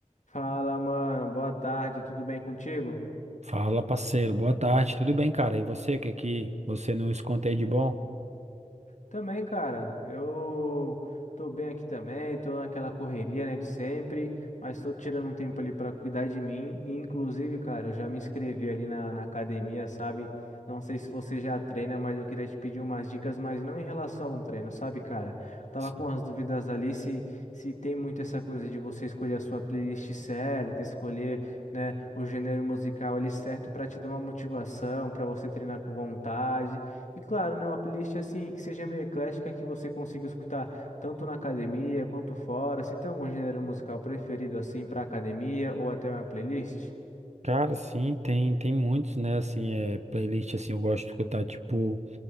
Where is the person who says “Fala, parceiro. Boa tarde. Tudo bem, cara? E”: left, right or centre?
Right